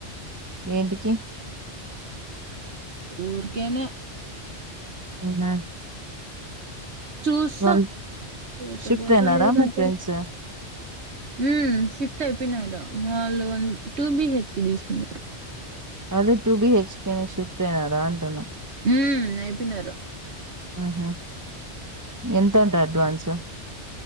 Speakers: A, on the right; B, on the right.
A: ఏంటికి.?
B: ఊర్కేనే.
A: <unintelligible>
B: చూస్సా
A: వాళ్ళు
B: పొతే
A: షిఫ్ట్
B: బోతా
A: అయినారా
B: లేదంటే
A: మీ ఫ్రెండ్స్
B: లే. ఊ షిఫ్ట్ అయిపోయినారు వాళ్ళు అన్ టూబిహెచ్కే దీస్కున్నారు.
A: అదే టుబిహెచ్కేనే షిఫ్ట్ ఐనారా అంటానా.
B: ఊ అయిపోయినారు.
A: ఆహ ఎంతంట అడ్వాన్స్